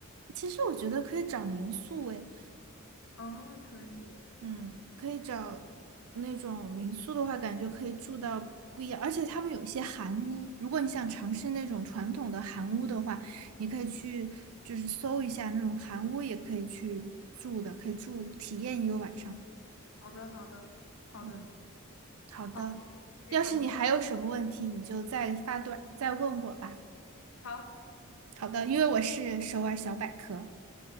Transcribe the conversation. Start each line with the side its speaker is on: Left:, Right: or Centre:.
Right: 其实我觉得可以找民宿，诶，
Left: 哦，可以，
Right: 嗯，可以找那种民宿的话，感觉可以住到不一样，而且他们有一些韩屋，如果你想尝试那种传统的韩屋的话，你可以去就是搜一下那种韩屋，也可以去住的，可以住体验一个晚上。
Left: 好的好的好的
Right: 嗯，好的，
Left: 好，非常
Right: 要是你还有什么问题，你就再发短再问我吧。
Left: 好，
Right: 好的，因为我是首尔小百科。